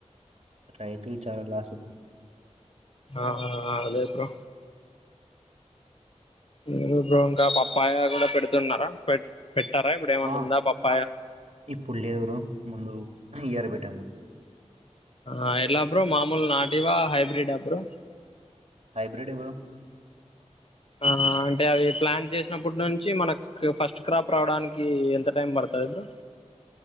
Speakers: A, on the right; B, on the left.
A: రైతులు చాలా లాస్
B: ఆహా అదే బ్రో లేదు బ్రో ఇంకా పప్పాయ గూడా పెడుతున్నారా పె పెట్టారా ఇప్పుడు ఏమన్నా
A: ఆ
B: ఉందా పప్పాయ
A: ఇప్పుడు లేదు బ్రో ముందు ఇయర్ పెట్టాము
B: ఆ ఎలా బ్రో మామూలు నాటివా హైబ్రిడ్ అ బ్రో
A: హైబ్రిడ్ ఏ బ్రో
B: ఆ అంటే అవి ప్లాన్ చేసినప్పటి నుంచి మనకు ఫస్ట్ క్రాప్ రావడానికి ఎంత టైం పడ తది బ్రో